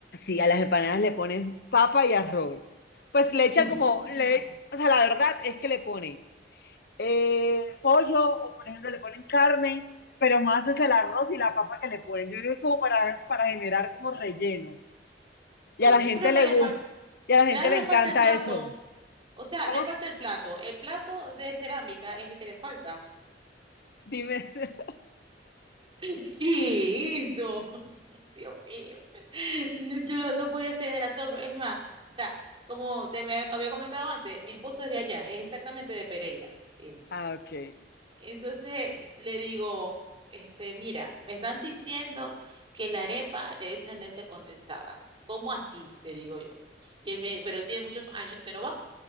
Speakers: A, on the left (about 60°); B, on the right (about 30°).
A: Sí, a las empanadas le ponen papa y arroz. Pues le
B: Dios
A: echan como,
B: mío.
A: le, o sea, la verdad es que le ponen eh, pollo o por ejemplo le ponen carne, pero más es el arroz y la papa que le ponen. Yo creo que es como para, para generar como relleno. Y
B: Dios
A: a la
B: mío,
A: gente
B: pero me
A: le
B: le
A: gusta,
B: falta.
A: y a la gente
B: Claro,
A: le
B: le
A: encanta
B: falta el plato.
A: eso.
B: O sea,
A: ¿Cómo?
B: le falta el plato. El plato de cerámica es el que le falta.
A: Dime. <laughs>
B: <laughs> ¿Qué es eso? Dios mío, <laughs> No, yo no, no podía hacer el asado, pero es más, o sea, como te me había comentado antes, mi esposo es de allá, es exactamente de Pereira, él.
A: Ah, ok.
B: Entonces le digo, este, mira, me están diciendo que la arepa le echan leche condensada. ¿Cómo así? Le digo yo. Y él me, pero él tiene muchos años que no va.